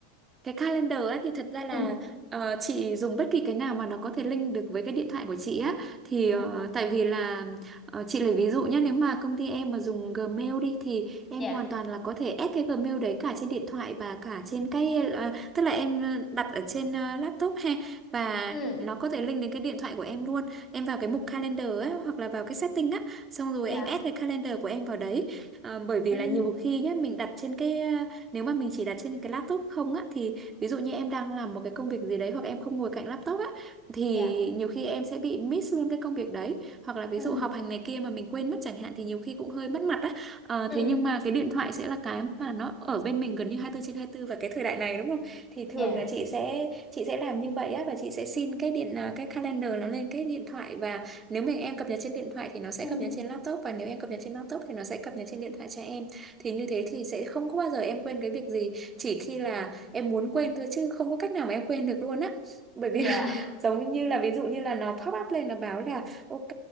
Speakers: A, on the right (about 20°); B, on the left (about 15°).
A: cái calendar ấy thì thật ra là
B: Ừ.
A: ờ, chị dùng bất kỳ cái nào mà nó có thể link được với cái điện thoại của chị á thì ờ,
B: Ờ,
A: tại vì là ờ, chị lấy ví dụ nhé nếu mà công ty em mà dùng Gmail đi thì em
B: dạ.
A: hoàn toàn là có thể add cái Gmail đấy cả trên điện thoại và cả trên cái ờ, tức là em ờ, đặt ở trên ờ, laptop ha và
B: Ừ.
A: nó có thể link đến cái điện thoại của em luôn em vào cái mục calendar á hoặc là vào cái setting á xong rồi
B: Dạ.
A: em add cái calendar của em vào đấy Ờ, bởi vì
B: Ừ.
A: là nhiều khi nhé mình đặt trên cái ờ, nếu mà mình chỉ đặt trên cái laptop không á thì ví dụ như em đang làm một cái công việc gì đấy hoặc em không ngồi cạnh laptop á thì
B: Dạ.
A: nhiều khi em sẽ bị miss luôn cái công việc đấy hoặc là ví
B: Ừ.
A: dụ họp hành này kia mà mình quên mất chẳng hạn thì nhiều khi cũng hơi mất mặt á Ờ,
B: Ừ.
A: thế nhưng mà cái điện thoại sẽ là cái mà nó ở bên mình gần như 24 trên 24 và cái thời đại này đúng không thì thường
B: Dạ.
A: là chị sẽ chị sẽ làm như vậy á và chị sẽ xin cái điện à, cái calendar nó lên cái điện thoại và nếu mình em cập nhật trên điện thoại thì nó sẽ
B: Ừ.
A: cập nhật trên laptop và nếu em cập nhật trên laptop thì nó sẽ cập nhật trên điện thoại cho em thì như thế thì sẽ không có bao giờ em quên cái việc gì chỉ khi là em muốn quên thôi chứ không có cách nào mà em quên được luôn á bởi vì
B: Dạ.
A: là <laughs> giống như là ví dụ như là nó pop up lên nó báo là ok